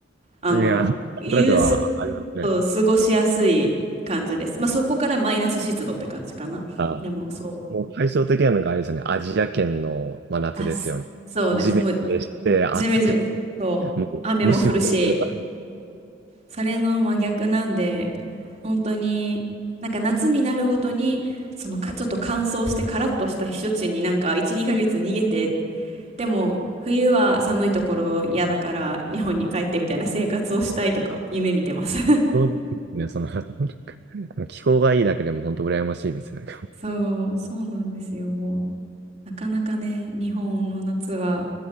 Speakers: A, on the right; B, on the right.
A: あのいうす
B: いや、なんとなくはありますね。
A: そう、過ごしやすい感じです。まあそこからマイナス湿度って感じかな。
B: あ
A: でもそう。
B: もう対照的なのがあれですよね。アジア圏の真夏ですよね。
A: あ、すそうです。
B: ジメジメして、
A: もう
B: 暑くて、
A: ジメジメ、そう、
B: もう虫も多いというか、
A: 雨も降るし、それの真逆なんで、本当になんか夏になるごとに、そのか、ちょっと乾燥してカラッとした避暑地になんか1、2ヶ月逃げて、でも冬は寒いところ嫌だから日本に帰ってみたいな生活をしたいとか夢見てます。
B: そうですね、その、なんか気候がいいだけでも本当羨ましいですね。
A: <laughs> そう、そうなんですよ、もう。なかなかね、日本の夏は